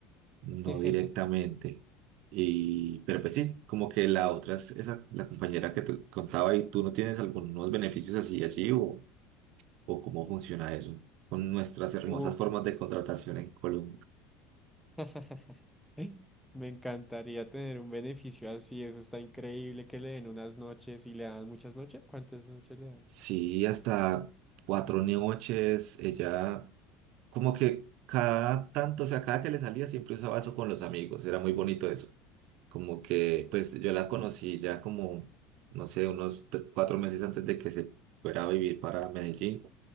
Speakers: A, on the right; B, in the centre.
A: no
B: <laughs>
A: directamente. Y, pero pues sí, como que la otra es esa, la compañera que te contaba y tú no tienes algunos beneficios así allí o, o cómo funciona eso con nuestras hermosas
B: uh,
A: formas de contratación en Colombia.
B: <laughs> Me encantaría tener un beneficio así, eso está increíble que le den unas noches y le dan muchas noches. ¿Cuántas noches le dan?
A: Sí, hasta cuatro noches, ella como que cada tanto, o sea, cada que le salía siempre usaba eso con los amigos, era muy bonito eso. Como que, pues yo la conocí ya como, no sé, unos t- cuatro meses antes de que se fuera a vivir para Medellín,